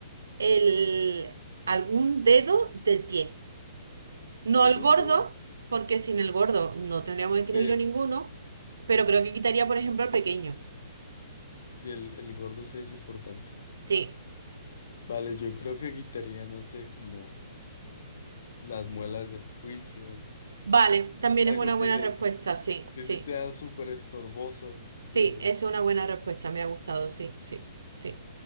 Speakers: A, on the right (about 75°); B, on the left (about 65°).
A: el, algún dedo del pie. No
B: Algún
A: el gordo,
B: dedo.
A: porque sin el gordo no tendríamos equilibrio
B: Sí, el-
A: ninguno, pero creo que quitaría, por ejemplo, el pequeño.
B: sí, el, el gordo sí es importante.
A: Sí,
B: Vale, yo creo que quitaría, no sé, como las muelas del juicio.
A: vale, también
B: Algo
A: es una buena
B: que,
A: respuesta,
B: se-
A: sí,
B: que
A: sí,
B: sí sea súper estorboso. Que...
A: sí, es una buena respuesta, me ha gustado, sí, sí, sí,